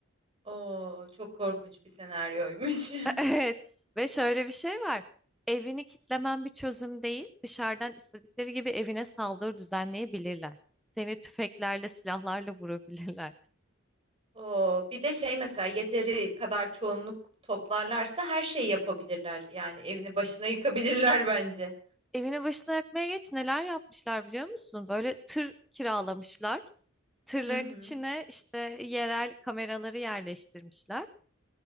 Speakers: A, on the right (about 30°); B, in the centre.
A: oo, çok korkunç bir senaryoymuş.
B: <laughs> Evet ve şöyle bir şey var. Evini kitlemen bir çözüm değil. Dışarıdan istedikleri gibi evine saldırı düzenleyebilirler. Seni tüfeklerle, silahlarla vurabilirler.
A: <laughs> Oo, bir de şey mesela yeteri kadar çoğunluk toplarlarsa her şeyi yapabilirler. Yani evini başına yıkabilirler <laughs> bence.
B: <laughs> Evine başına yakmaya geç neler yapmışlar biliyor musun? Böyle tır kiralamışlar. Tırların
A: Hı hı.
B: içine işte yerel kameraları yerleştirmişler.